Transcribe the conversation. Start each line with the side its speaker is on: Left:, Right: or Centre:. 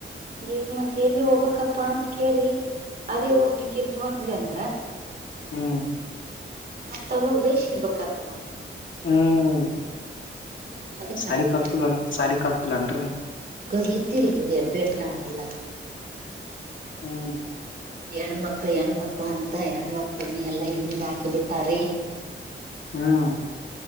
Right: ಈಗ ಮತ್ತತ್ ಎಲ್ಲಿ ಹೋಗ್ಕಪ್ಪಾ ಅಂತ ಕೇಳರಿ ಅದೇ ಓಟಕ್ಕೆ ಇರ್ತ್ಂದ್ವಿ ಅಂದ್ರ.
Left: ಹಾ.
Right: <unintelligible>
Left: ಹ್ಮ್
Right: ಹ್ಮ್ ಅದಕ್ಕಂದೆ
Left: ಸಾಲಿ ಕಾಲ್ತಿಲ್ಲ ಸಾಲಿ ಕಾಲ್ತಿಲ್ಲ ಏನ್ರಿ ಅವ.
Right: ಕಾಲ್ತಿಲ್ಲರಿ ಹೆಬ್ಬೆಟ್ಟ ನಾವ ಎಲ್ಲಾ.
Left: ಹ್ಮ.
Right: ಹೆಣ್ಮಕ್ಳ ಹೆಣ್ಮಕ್ಳ ಅಂತ ಹೆಣ್ಮಕ್ಳನ್ನ ಎಲ್ಲಾ ಹಿಂದ್ ಹಾಕಿ ಬಿಟ್ಟಾರಿ.
Left: ಹ್ಮ್.